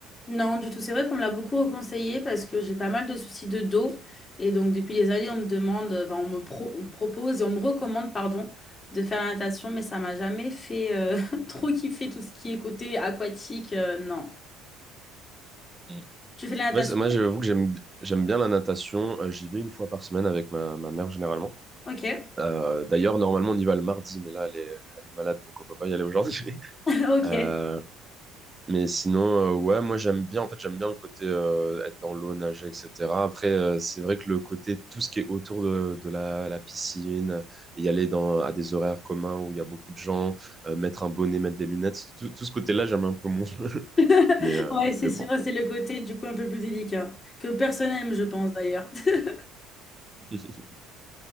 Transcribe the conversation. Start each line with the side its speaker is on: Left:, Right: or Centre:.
Left: non, du tout, c'est vrai qu'on me l'a beaucoup reconseillé parce que j'ai pas mal de soucis de dos. Et donc, depuis des années, on me demande, enfin, on me, pro- on me propose et on me recommande, pardon, de faire la natation, mais ça m'a jamais fait euh, <laughs> trop kiffer tout ce qui est côté aquatique. euh, non.
Right: Mm.
Left: Tu fais de la natation?
Right: Moi, c'est- moi, j'avoue que j'aime j'aime bien la natation. Euh, J'y vais une fois par semaine avec ma, ma mère généralement.
Left: Ok. <laughs>
Right: Euh, d'ailleurs, normalement, on y va le mardi, mais là, elle est, elle est malade, donc on peut pas y aller aujourd'hui.
Left: Ok.
Right: <laughs> Mais sinon, euh, ouais, moi j'aime bien, en fait, j'aime bien le côté euh, être dans l'eau, nager, etc. Après, euh, c'est vrai que le côté, tout ce qui est autour de, de la, la piscine, y aller dans, à des horaires communs où il y a beaucoup de gens, euh, mettre un bonnet, mettre des lunettes, tout, tout ce côté-là, j'aime un peu moins. <laughs>
Left: <laughs>
Right: Mais, euh,
Left: Ouais, c'est
Right: mais
Left: sûr,
Right: bon.
Left: c'est le côté du coup un peu plus délicat, que personne n'aime, je pense d'ailleurs. <laughs>
Right: <laughs>